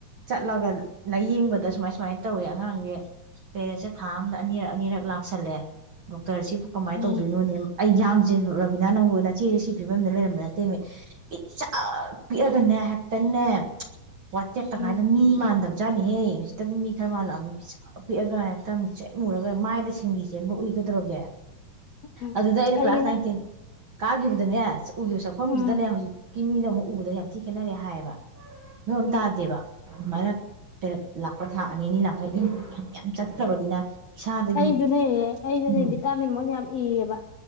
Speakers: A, on the right; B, on the left.
A: ꯆꯠꯂꯒ ꯂꯥꯏꯌꯦꯡꯕꯗ ꯁꯨꯃꯥꯏ ꯁꯨꯃꯥꯏꯅ ꯇꯧꯋꯦ ꯑꯉꯥꯡꯖꯦ ꯄꯦꯔꯦꯠꯁꯦ ꯊꯥ ꯑꯝꯗ ꯑꯅꯤꯔꯛ ꯑꯅꯤꯔꯛ ꯂꯥꯛꯁꯜꯂꯦꯇ ꯀꯃꯥꯏꯅ
B: ꯎꯝ
A: ꯇꯧꯗꯣꯏꯅꯣꯅꯦ ꯑꯩꯌꯥꯡ ꯔꯣꯕꯤꯅꯥ ꯅꯪꯕꯨ ꯅꯆꯦꯁꯦ ꯁꯤ ꯐꯤꯕꯝꯗ ꯂꯩꯔꯝꯕ ꯅꯠꯇꯦꯃꯦ ꯄ ꯁꯛ ꯄꯤꯛꯑꯒꯅꯦ ꯍꯦꯛꯇꯅꯦ ꯋꯥ ꯆꯦꯠꯠꯇ
B: ꯎꯝ
A: ꯉꯥꯏꯗꯅ ꯃꯤ ꯃꯥꯟꯗꯗꯝꯅꯦ ꯑꯣꯖꯥꯅꯤꯍꯦ ꯍꯧꯖꯤꯛꯇꯕꯨ ꯃꯤ ꯈꯔ ꯃꯥꯜꯂꯛꯑꯕꯅꯤ ꯄꯤꯛꯁꯛ ꯄꯤꯛꯑꯒ ꯍꯦꯛꯇ ꯃꯨꯁꯤꯟ ꯃꯨꯔꯒ ꯃꯥꯏꯗ ꯁꯤꯡꯂꯤ ꯆꯦꯟꯕ ꯎꯏ ꯒꯗ꯭ꯔꯣꯒꯦ
B: ꯎꯝ
A: ꯑꯗꯨꯗ ꯑꯩꯅ
B: ꯑꯩꯒꯤꯅ
A: ꯀ꯭ꯂꯥꯁ ꯅꯥꯏꯟꯇꯤꯟ ꯀꯥꯒꯤꯕꯗꯅꯦꯦ ꯎꯒꯤꯕ ꯁꯛꯐꯝꯗꯨꯗꯅꯦ
B: ꯎꯝ
A: ꯍꯧꯖꯤꯛ ꯒꯤ ꯃꯤꯅ ꯑꯃꯨꯛ ꯎꯕꯗ ꯌꯥꯝ ꯊꯤ ꯈꯦꯠꯅꯔꯦ ꯍꯥꯏꯌꯦꯕ ꯅꯣꯏꯔꯣꯝ
B: ꯎꯝ
A: ꯇꯥꯗꯦꯕ ꯑꯗꯨꯃꯥꯏꯅ ꯄꯦꯔꯠ ꯂꯥꯛꯄ ꯊꯥ ꯑꯅꯤ ꯑꯅꯤ ꯂꯥꯛꯈ꯭ꯔꯦ ꯏ ꯌꯥꯝ ꯌꯥꯝ ꯆꯠꯈ꯭ꯔꯕꯅꯤꯅ ꯏꯁꯥꯗꯒꯤ
B: ꯑꯩꯖꯨꯅꯦ ꯑꯩꯖꯨꯅꯦ
A: ꯎꯝ
B: ꯚꯤꯇꯥꯃꯤꯟ ꯃꯣꯏꯅ ꯌꯥꯝ ꯏꯌꯦꯕ